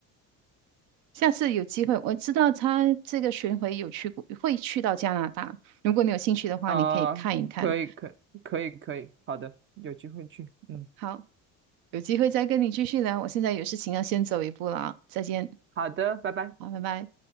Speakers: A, on the right; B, on the right.
A: 下次有机会，我知道他这个巡回有去过，会去到加拿大。如果你有兴趣的话，
B: 啊，
A: 你可以看一看。
B: 可以，可以可以，可以，好的，有机会去，嗯，
A: 好，有机会再跟你继续聊，我现在有事情要先走一步了啊，再见，
B: 好的，拜拜。
A: 好，拜拜。